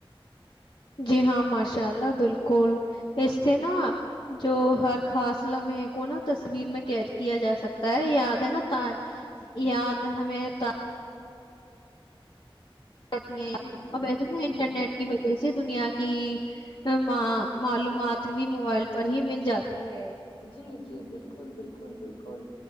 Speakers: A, on the left; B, on the left.
A: جی ہاں ماشاء اللہ بالکل اس سے نا جو ہر خاص لمحے کو نا تصویر میں قید کیا جا سکتا ہے یاد ہے نا <unintelligible> یاد ہمیں تا رہتی
B: جی
A: ہیں
B: جی
A: اور ویسے نا انٹرنیٹ
B: جی
A: کی وجہ سے دنیا کی تمام معلومات بھی موبائل پر ہی مل جاتی ہے
B: جی جی بالکل بالکل بالکل